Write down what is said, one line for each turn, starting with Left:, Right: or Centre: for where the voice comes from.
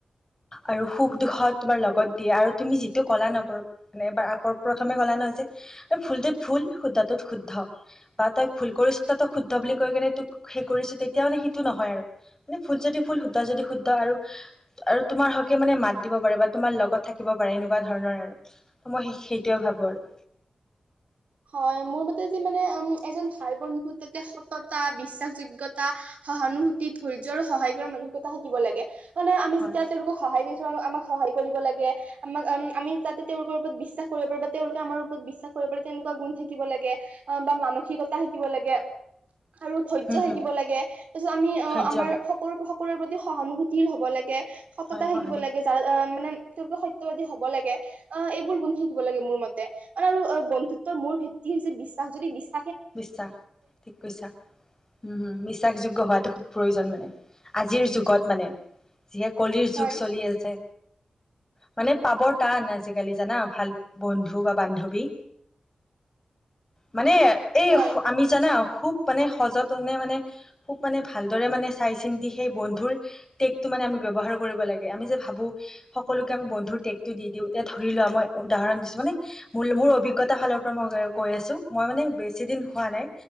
Left: আৰু সুখ দুখত তোমাৰ লগত দিয়ে আৰু তুমি যিটো কলা নপ মানে এবাৰ আ প্ৰথমে কলা নহয় যে ফুলটোত ভুল শুদ্ধটোত শুদ্ধ বা তই ভুল কৰিছ তই শুদ্ধ বুলি কৈ কেনে তোক সেই কৰিছ তেতিয়া মানে সেইটো নহয় আৰু মানে ফুল যদি ফুল শুদ্ধ যদি শুদ্ধ আৰু আৰু তোমাৰ হকে মানে মাত দিব পাৰে বা তোমাৰ লগত থাকিব পাৰে এনেকুৱা ধৰণৰ আৰু ত মই সেইটোয়ে ভাবো আৰু।
Right: হয় মোৰ মতে যে মানে উম এজন ভাল বন্ধুত তাতে সততা বিশ্বাসযোগয়তা সহানুভূতি ধৈৰ্য আৰু সহায় কৰা মানুহকতটা থাকিব লাগে মানে আমি
Left: হয়
Right: যেতিয়া তেওঁলো সহায় আমাক সহায় কৰিব লাগে আমাকম আমি তাতে তেওঁলোকৰ ওপৰত বিশ্বাস কৰিব পাৰি বা তেওঁলোকে আমাৰ ওপৰত বিশ্বাস কৰিব পাৰি তেনেকুৱা গুণ থাকিব লাগে অ বা মানসিকতা থাকিব লাগে আৰু ধৈৰ্য্য
Left: হম হম
Right: থাকিব লাগে তাৰ পিছত আমি অ
Left: ধৈৰ্য্য
Right: আমাৰ
Left: মানে
Right: সকলো প্ৰতি সহানুভূতিৰ হ'ব লাগে। সততা
Left: হয় সহানুভূতি
Right: শিকিব লাগে যাৰ অ মানে ৰ্গ সত্যবাদী হব লাগে অ এইবোৰ গুন্ধ থাকিব লাগে মোৰ মতে আৰু অ বন্ধুত্ব মোৰ ভিত্তি হৈছে বিশ্বাস যদি বিশ্বাস
Left: বিশ্বাস ঠিক কৈছা উম হম। বিশ্বাসযোগ্য হোৱাাতটো খুব প্ৰয়োজন মানে আজিৰ যুগত মানে। যিহে কলিৰ যুগ
Right: হয়
Left: চলি আছে। মানে পাবৰ টান আজিকালি জানা ভাল বন্ধু বা বান্ধৱী মানে। এই
Right: হয়
Left: আমি জানা খুব মানে সযতনে মানে খুব মানে ভালদৰে মানে চাই চিন্তি সেই বন্ধুৰ টেকটো মানে আমি ব্যৱহাৰ কৰিব লাগে, আমি যে ভাবো সকলোকে আমি বন্ধুৰ টেকতটো দি দিওঁ এতিয়া ধৰি লোৱা মই উদাহৰণ দিছো মানে মোৰ মোৰ অভিজ্ঞতাৰ ফালৰ পৰা মই কৈ আছো মই মানে বেছি দিন হোৱা নাই